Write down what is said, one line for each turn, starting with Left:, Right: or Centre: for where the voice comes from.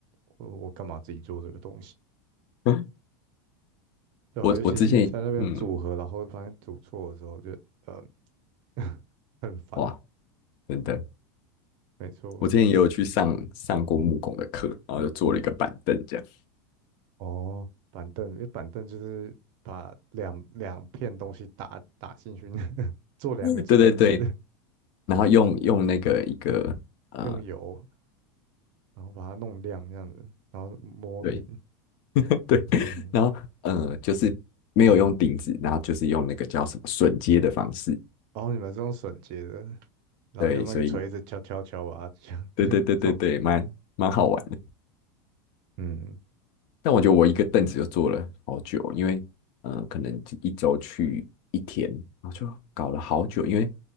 Right: 我我干嘛自己做这个东西，
Left: <laughs>
Right: 对啊，
Left: 我我之前，
Right: 尤其是你在那边组合，
Left: 嗯，
Right: 然后发现组错的时候就，呃 <laughs> 很烦，
Left: 哇，真的，
Right: 没错。
Left: 我之前也有去上上过木工的课，然后就做了一个板凳这样，
Right: 哦，板凳，因为板凳就是把两两片东西打打进去，<laughs> 做两个锤子，
Left: <laughs> 对对对，然后用用那个一个呃。
Right: 用油，然后把它弄亮这样子，然后磨平，
Left: 对。对，
Right: 嗯，
Left: 然后呃，就是没有用顶子，然后就是用那个叫什么榫接的方式，
Right: 然后你们是用榫接的，然后用那个锤子敲敲敲啊，
Left: 对，所以
Right: 这样，
Left: 对对对对对，
Right: 这样子，
Left: 蛮蛮好玩的。
Right: 嗯，
Left: 但我觉得我一个凳子就坐了好久，因为呃，可能一周去一天，然后就搞了好久，因为